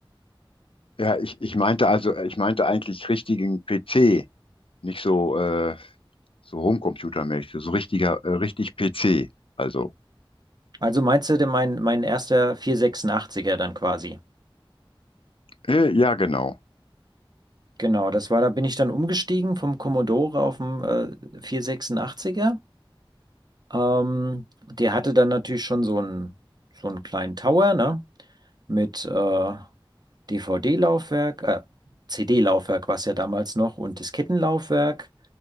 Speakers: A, on the left (about 80°); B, on the right (about 50°).
A: ja, ich, ich meinte also, äh, ich meinte eigentlich richtigen PC, nicht so, äh, so Homecomputer-mäßig, so richtiger, äh, richtig PC. Also,
B: Also meinst du denn mein, mein erster vierhundertsechsundachtziger dann quasi?
A: äh, ja, genau.
B: Genau, das war, da bin ich dann umgestiegen vom Commodore auf den äh, 486 Ähm, der hatte dann natürlich schon so einen, so einen kleinen Tower, ne? Mit äh, DVD-Laufwerk, äh, CD-Laufwerk war es ja damals noch und Diskettenlaufwerk